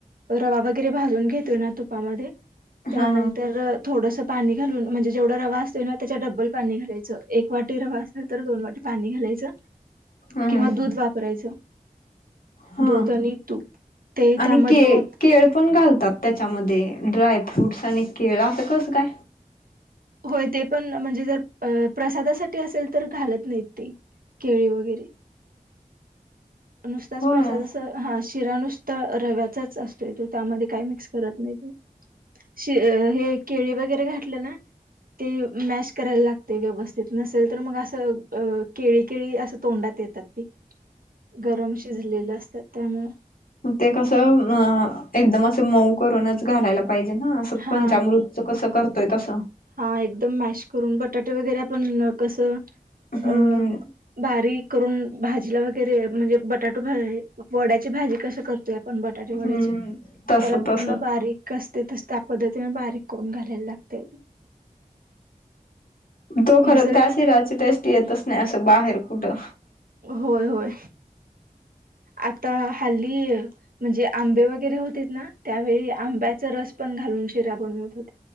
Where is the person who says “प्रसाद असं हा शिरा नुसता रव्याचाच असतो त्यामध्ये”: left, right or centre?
Right